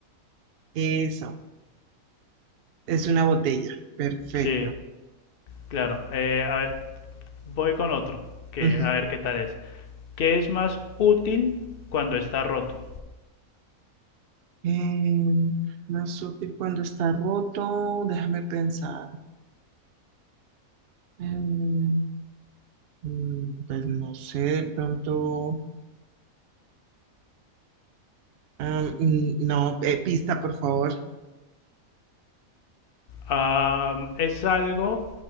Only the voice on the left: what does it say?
Sí, claro. Eh, a ver, voy con otro, que
a ver qué tal es. ¿Qué es más útil cuando está roto?
Ah, es algo